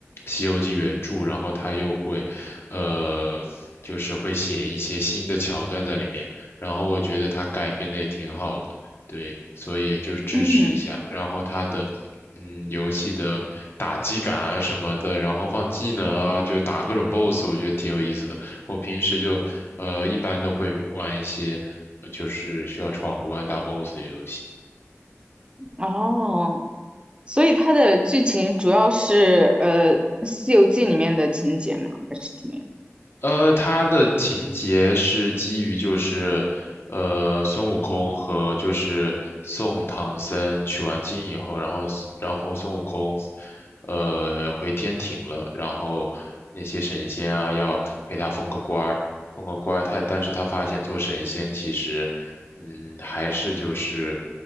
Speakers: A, on the left; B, on the right.
A: 《西游记》原著，然后它又会呃就是会写一些新的桥段在里面，然后我觉得它改编的也挺好的。对，所以就支持一下。
B: 嗯
A: 然后它的，嗯，游戏的打击感啊什么的，然后放技能啊，就打各种 BOSS，我觉得挺有意思的。我平时就，呃，一般都会玩一些，呃就是需要闯关打 BOSS 的游戏。
B: 哦，所以它的剧情主要是呃《西游记》里面的情节吗？还是怎么样？
A: 呃，它的情节是基于就是，呃，孙悟空和就是送唐僧取完经以后，然后然后孙悟空，呃，回天庭了，然后那些神仙啊要给他封个官儿，封个官儿，他但是他发现做神仙其实。嗯，还是就是